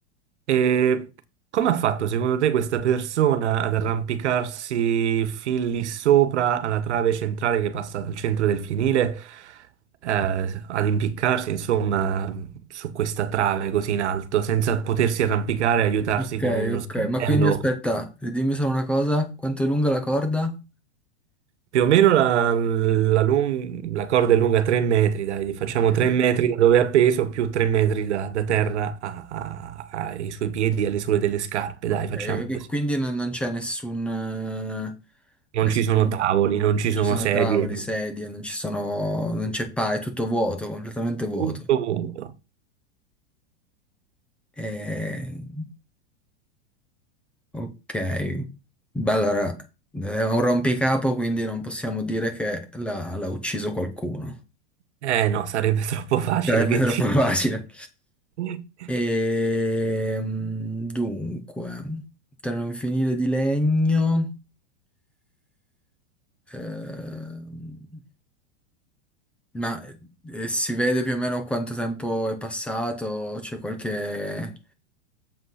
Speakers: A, on the right (about 85°); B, in the centre.
A: E come ha fatto secondo te questa persona ad arrampicarsi fin lì sopra alla trave centrale che passa dal centro del fienile, eh, ad impiccarsi insomma su questa trave così in alto, senza potersi arrampicare e aiutarsi
B: Ok,
A: con uno
B: ok.
A: sgabello?
B: Ma quindi aspetta, dimmi solo una cosa, quanto è lunga la corda?
A: Più o meno la, la lung- la corda è lunga 3 metri, dai, gli facciamo
B: Ok,
A: 3 metri da dove è appeso più 3 metri da, da terra a- a- ai suoi piedi, alle suole delle scarpe,
B: ok.
A: dai, facciamo
B: E
A: così.
B: Quindi non, non c'è nessun, eh,
A: Non
B: nessun...
A: ci sono tavoli, non ci
B: Non
A: sono
B: ci sono
A: sedie,
B: tavoli, sedie, non ci sono... non c'è pa, è tutto vuoto, completamente vuoto.
A: tutto vuoto.
B: E... Ok, Beh, allora è un rompicapo, quindi non possiamo dire che l'ha l'ha ucciso qualcuno.
A: Eh no, sarebbe <laughs> troppo facile,
B: Sarebbe
A: che
B: <laughs> troppo
A: dici?
B: facile.
A: <laughs>
B: Ehm, dunque, per non finire di legno, ehm, ma eh, si vede più o meno quanto tempo è passato? C'è qualche...